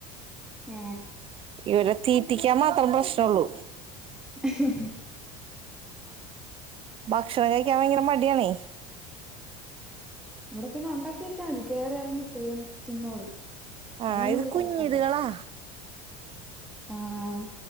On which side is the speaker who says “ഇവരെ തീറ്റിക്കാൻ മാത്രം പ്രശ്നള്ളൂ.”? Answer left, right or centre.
Right